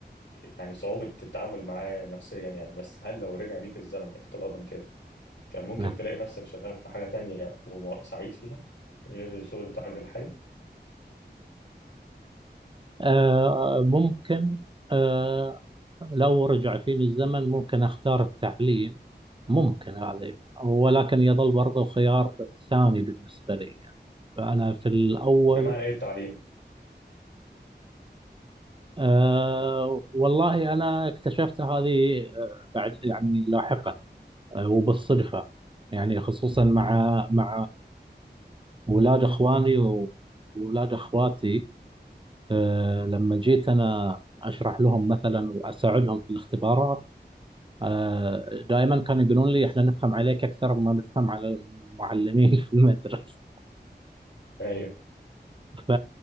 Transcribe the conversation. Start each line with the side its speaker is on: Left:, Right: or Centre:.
Left: يعني صعوبة التعامل معاه نفسيا يعني بس هل لو رجع بيك الزمن افتراضا كده كان ممكن
Right: نعم
Left: تلاقي نفسك شغال في حاجة تانية وسعيد فيها غير الشغل بتاعك الحالي
Right: آه، ممكن آه، لو رجع فيني الزمن ممكن أختار التعليم ممكن هذا يعني، ولكن يظل برضه خيار ثاني بالنسبة لي يعني. فأنا في الأول
Left: بمعنى ايه التعليم؟
Right: آه والله أنا اكتشفت هذه آه بعد يعني لاحقا آه وبالصدفة يعني خصوصا مع
Left: امم
Right: مع ولاد إخواني وولاد إخواتي آه لما جيت أنا أشرح لهم مثلا وأساعدهم في الاختبارات آه، دائما كانوا يقولون لي احنا نفهم عليك اكثر ما نفهم على المعلمين <laughs> في المدرسه
Left: ايوه
Right: ف